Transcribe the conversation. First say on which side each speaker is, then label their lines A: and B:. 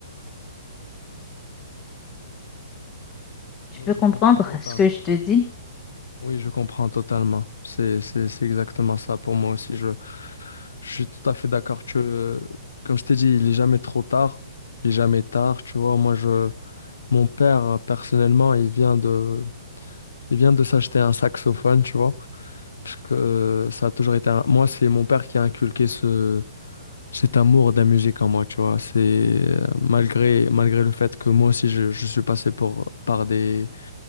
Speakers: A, on the left (about 25°); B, on the left (about 80°).
A: Tu
B: Oui,
A: peux
B: je
A: comprendre
B: comprends totalement.
A: ce que je te dis?
B: Oui, je comprends totalement. C'est, c'est, c'est exactement ça pour moi aussi. Je, je suis tout à fait d'accord. Tu, euh, comme je t'ai dit, il est jamais trop tard. Il est jamais tard. Tu vois, moi, je, mon père, euh, personnellement, il vient de, il vient de s'acheter un saxophone, tu vois. Parce que euh, ça a toujours été un... Moi, c'est mon père qui a inculqué ce... cet amour de la musique en moi, tu vois. C'est euh, malgré, malgré le fait que moi aussi, je, je suis passé pour... par des...